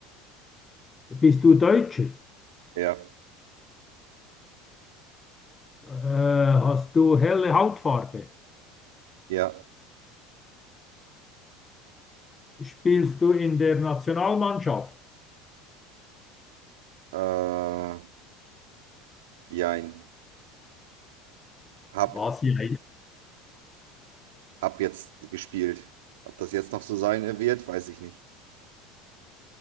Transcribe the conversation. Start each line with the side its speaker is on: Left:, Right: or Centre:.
Left: Bist du Deutscher?
Right: ja,
Left: Äh, hast du helle Hautfarbe?
Right: ja,
Left: Spielst du in der Nationalmannschaft?
Right: äh, jein. Hab,
Left: Was hier?
Right: ab jetzt gespielt. Ob das jetzt noch so sein wird, weiß ich nicht.